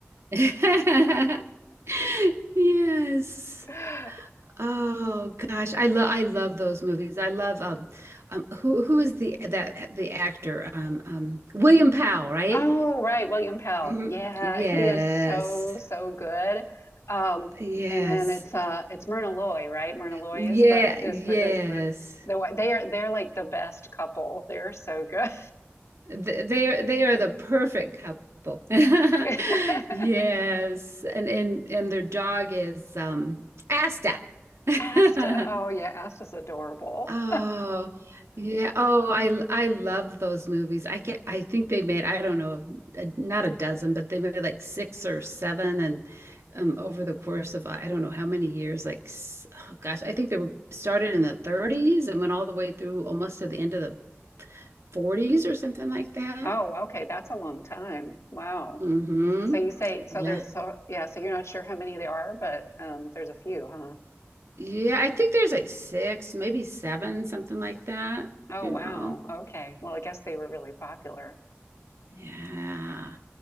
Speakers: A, on the right; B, on the left.
A: <laughs> Yes.
B: <laughs> <laughs>
A: Oh gosh, I love I love those movies. I love um, um who who is the that the actor um um William Powell, right?
B: Oh, right, William Pell.
A: hmm
B: Yeah,
A: Yes,
B: he is so so good. Um,
A: yes,
B: and then it's uh it's Myrna Loy, right? Myrna Loy
A: yeah,
B: is the is
A: yes.
B: the is the the wi- they are they're like the best couple. They're so good.
A: Th- They're they are the perfect couple. <laughs>
B: <laughs>
A: Yes, and and and their dog is um Asta. <laughs>
B: Asta. Oh yeah, Asta's adorable.
A: Oh, yeah. Oh, I l- I love those movies. I get I think they made, I don't know, a, not a dozen, but they made like six or seven and um over the course of I don't know how many years, like s- oh gosh, I think they were started in the 30s and went all the way through almost to the end of the 40s or something like that.
B: Oh, okay, that's a long time. Wow.
A: Mm-hmm.
B: So you say so
A: Yeah.
B: there's so yeah, so you're not sure how many there are, but um there's a few, huh?
A: Yeah, I think there's like six, maybe seven, something like that,
B: Oh,
A: you
B: wow.
A: know.
B: Okay. Well, I guess they were really popular.
A: Yeah.